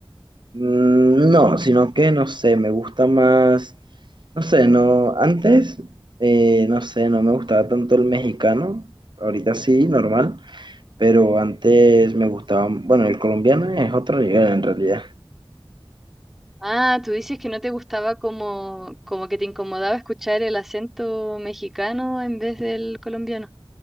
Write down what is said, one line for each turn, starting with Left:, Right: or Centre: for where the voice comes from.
Right: Mm, No, sino que no sé, me gusta más, no sé, no, antes, eh, no sé, no me gustaba tanto el mexicano, ahorita sí, normal, pero antes me gustaba, bueno, el colombiano es otro nivel en realidad.
Centre: Ah, tú dices que no te gustaba como, como que te incomodaba escuchar el acento mexicano en vez del colombiano.